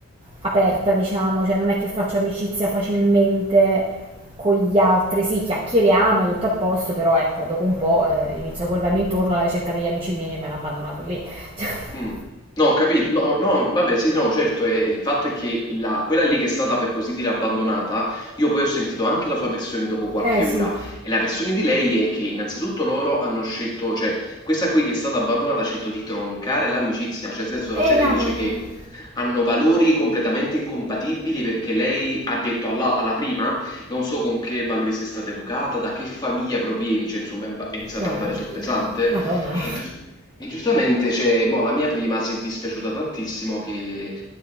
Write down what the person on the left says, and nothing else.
Mh. No, ho capi no, no, vabbè sì, no, certo, ehm, il fatto è che la quella lì che è stata per così dire abbandonata, io poi ho sentito anche la sua versione dopo qualche
ora e la versione di lei è che innanzitutto loro hanno scelto cioè questa qui che è stata abbandonata ha scelto di troncare l'amicizia, cioè nel senso
la serie
dice
che hanno valori completamente incompatibili perché lei ha detto alla, alla prima non so con che valori sei stata educata, da che famiglia provieni, cioè insomma è and- è iniziato
ad
andare sul pesante
e, gius- e giustamente cioè, mo, la mia prima si è dispiaciuta tantissimo che-